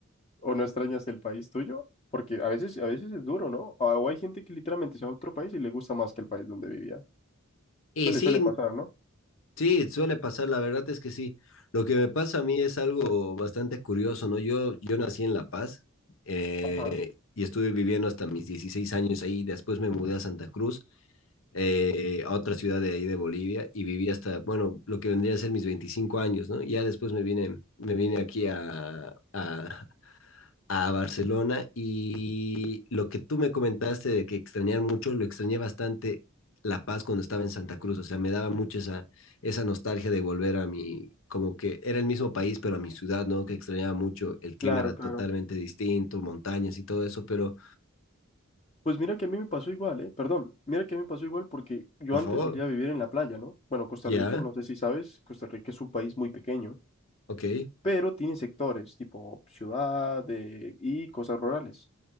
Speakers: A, on the left (about 30°); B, on the left (about 70°).
A: o no extrañas el país tuyo, porque a veces, a veces es duro, ¿no? O o hay gente que literalmente se va a otro país y le gusta más que el país donde vivía.
B: Y
A: Suele,
B: sí,
A: suele pasar, ¿no?
B: Sí, suele pasar, la verdad es que sí. Lo que me pasa a mí es algo bastante curioso, ¿no? Yo, yo nací en La Paz eh,
A: Ajá.
B: y estuve viviendo hasta mis 16 años ahí, después me mudé a Santa Cruz, eh, a otra ciudad de ahí de Bolivia, y viví hasta, bueno, lo que vendría a ser mis 25 años, ¿no? Ya después me vine, me vine aquí a, a, a Barcelona y lo que tú me comentaste de que extrañar mucho, lo extrañé bastante La Paz cuando estaba en Santa Cruz, o sea, me daba mucho esa, esa nostalgia de volver a mi, como que era el mismo país, pero a mi ciudad, ¿no? Que extrañaba mucho, el clima
A: Claro,
B: era
A: claro.
B: totalmente distinto, montañas y todo eso, pero
A: Pues mira que a mí me pasó igual, ¿eh? Perdón, mira que a mí me pasó igual porque yo
B: por
A: antes
B: favor,
A: solía vivir en la playa, ¿no? Bueno, Costa
B: ya,
A: Rica, no sé si sabes, Costa Rica es un país muy pequeño,
B: ok,
A: pero tiene sectores tipo ciudad eh, y cosas rurales.